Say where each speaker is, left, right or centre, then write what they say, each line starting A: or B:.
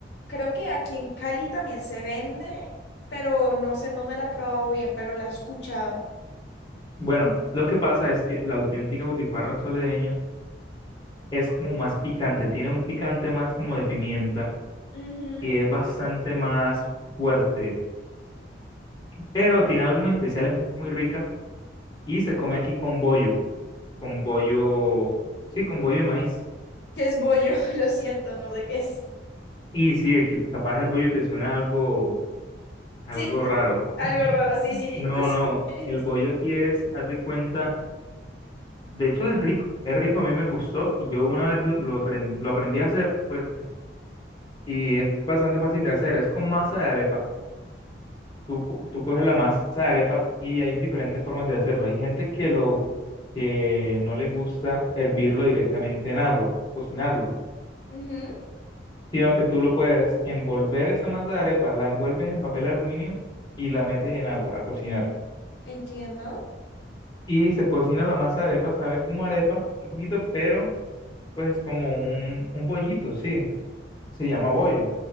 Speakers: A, on the left; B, on the left.
A: Creo que aquí en Cali también se vende, pero no sé en dónde la he probado bien, pero la he escuchado.
B: Bueno, lo que pasa es que la auténtica butifarra soledeña es como más picante, tiene un picante más como de pimienta
A: Ujú.
B: y es bastante más fuerte, pero tiene algo muy especial, es muy rica y se come aquí con bollo, con bollo, sí, con bollo de maíz.
A: Que es bollo, <laughs> lo siento, no sé qué es.
B: Y sí, aquí capaz el bollo te suena algo, algo
A: Sí,
B: raro.
A: algo
B: <laughs>
A: raro, sí, sí,
B: No,
A: <laughs> no sé
B: no,
A: qué
B: el
A: es.
B: bollo aquí es, haz de cuenta, de hecho es rico, es rico, a mí me gustó, y yo una vez lo, lo, apren- lo aprendí a hacer, pues, y es bastante fácil de hacer, es con masa de arepa Tú, po- tú coges la masa de arepa y hay diferentes formas de hacerlo. Hay gente que lo que no le gusta hervirlo directamente en agua, cocinarlo,
A: Ujú,
B: sino que tú lo puedes envolver esa masa de arepa, la envuelves en papel aluminio y la metes en agua a cocinar.
A: Entiendo.
B: Y se cocina la masa de arepa, sabe como arepa, un poquito, pero pues es como un, un bollito, sí, se llama bollo,